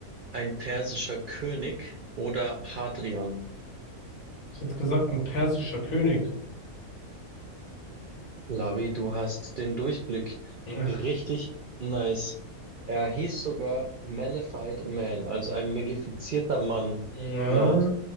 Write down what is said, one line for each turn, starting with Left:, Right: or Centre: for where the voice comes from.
Right: Ein persischer König oder Hadrian?
Left: ich hätte gesagt, ein persischer König.
Right: Lavi, du hast den Durchblick.
Left: Ja,
Right: Richtig nice. Er hieß sogar Malefied Man, also ein malefizierter Mann,
Left: ja,
Right: laut